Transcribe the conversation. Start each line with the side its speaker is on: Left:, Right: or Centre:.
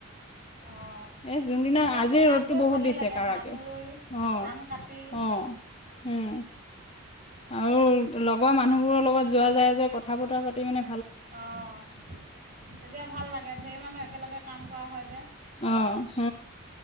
Right: অঁ
Left: এই যোনদিনা
Right: এনেও
Left: আজি
Right: পথাৰত
Left: ৰ'দটো
Right: গৈ
Left: বহুত
Right: ভালে
Left: দিছে
Right: লাগে
Left: কাৰাকে,
Right: ধান ৰুই
Left: অঁ
Right: ধান কাটি
Left: অঁ উম' আৰু লগৰ মানুহবোৰৰ লগত য যোৱা যাই-যাই কথা-বতৰা পাতিব নে
Right: অঁ, তেতিয়া ভাল লাগে, ঢেৰ মানুহ একেলগে কাম কৰা হয় যে।
Left: অ', হ।